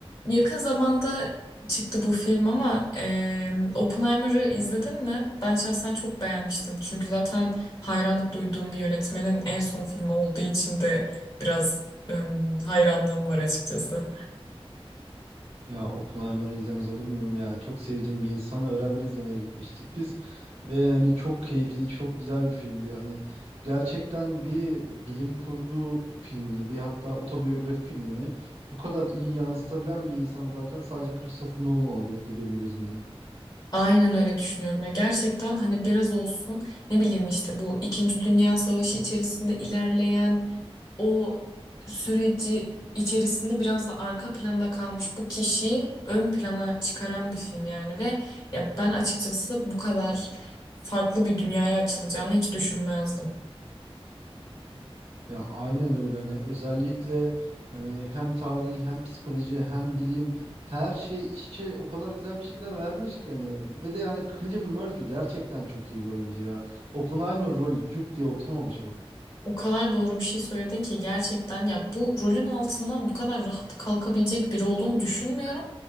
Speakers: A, on the left; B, on the right.
A: Yakın zamanda çıktı bu film ama eee Oppenheimer'ı izledin mi? Ben şahsen çok beğenmiştim. Çünkü zaten hayranlık duyduğum bir yönetmenin en son filmi olduğu için de biraz em, hayranlığım var açıkçası.
B: Ya Oppenheimer'ı izlemez olur muyum ya? Çok sevdiğim bir insanla beraber izlemeye gitmiştik biz. Ve hani çok keyifli, çok güzel bir filmdi. Hani gerçekten bir bilim kurgu filmini, bir hatta otobiyografi filmini bu kadar iyi yansıtabilen bir insan zaten sadece Christopher Nolan olabilirdi benim gözümde.
A: Aynen öyle düşünüyorum ya. Gerçekten hani biraz olsun ne bileyim işte bu İkinci Dünya Savaşı içerisinde ilerleyen o süreci içerisinde biraz da arka planda kalmış bu kişiyi ön plana çıkaran bir film yani ve ya ben açıkçası bu kadar farklı bir dünyaya açılacağını hiç düşünmezdim.
B: Ya aynen öyle hani özellikle hani hem tarihi hem psikoloji hem bilim her şey iç içe o kadar güzel bir şekilde vermiş ki hani ve de yani Cillian Murphy gerçekten çok iyi bir oyuncu ya. Oppenheimer rolü cuk diye oturmamış mı?
A: O kadar doğru bir şey söyledin ki gerçekten ya bu rolün altından bu kadar rahat kalkabilecek biri olduğunu düşünmüyorum.